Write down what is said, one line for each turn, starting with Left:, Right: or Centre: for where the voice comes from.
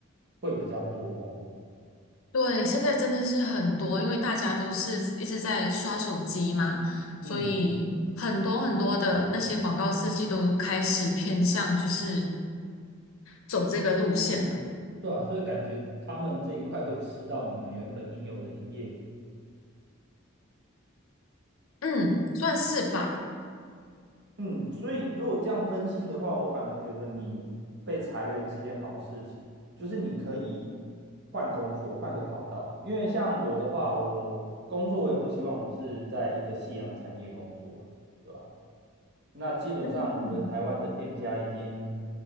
Right: 会比较多吼。
Left: 对，现在真的是很多，因为大家都是一直在刷手机嘛，
Right: 嗯，
Left: 所以很多很多的那些广告设计都开始偏向就是走这个路线了。
Right: 对啊，所以感觉他们这一块会吃到你们原本应有的营业额。
Left: 嗯，算是吧。
Right: 嗯，所以如果这样分析的话，我反而觉得你被裁员是件好事情，就是你可以换工作，换个跑道。因为像我的话，我工作我也不希望我是在一个夕阳产业工作啊，对吧？那基本上我觉得台湾的店家已经
Left: 嗯，